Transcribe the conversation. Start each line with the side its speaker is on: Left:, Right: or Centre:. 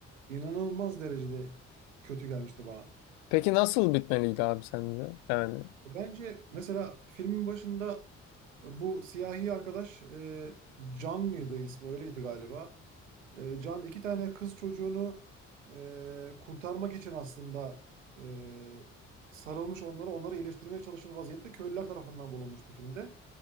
Right: inanılmaz derecede kötü gelmişti bana.
Left: Peki nasıl bitmeliydi abi sende? Yani
Right: Bence mesela filmin başında e, bu siyahi arkadaş e, Can mıydı ismi öyleydi galiba. E, Can iki tane kız çocuğunu e, kurtarmak için aslında e, sarılmış onlara, onları iyileştirmeye çalışır vaziyette köylüler tarafından bulunmuştu filmde.